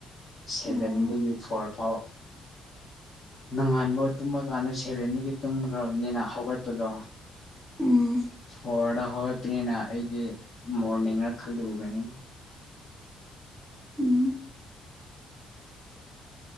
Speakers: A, on the left (about 35°); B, in the centre.
A: ꯁꯚꯦꯟꯗꯒꯤ
B: ꯑꯣ
A: ꯐꯣꯔ ꯐꯥꯎ ꯅꯪꯉꯥꯟꯕ ꯇꯨꯝꯃꯀꯥꯟꯗ ꯁꯦꯔꯦꯟꯗꯒꯤ ꯇꯨꯝꯈ꯭ꯔꯕꯅꯤꯅ ꯍꯧꯒꯠꯄꯗꯣ
B: ꯎꯝ
A: ꯍꯣꯔꯗ ꯍꯧꯔꯛꯄꯅꯤꯅ ꯑꯩꯗꯤ ꯃꯣꯔꯅꯤꯡꯔ ꯈꯜꯂꯨꯕꯅꯤ
B: ꯎꯝ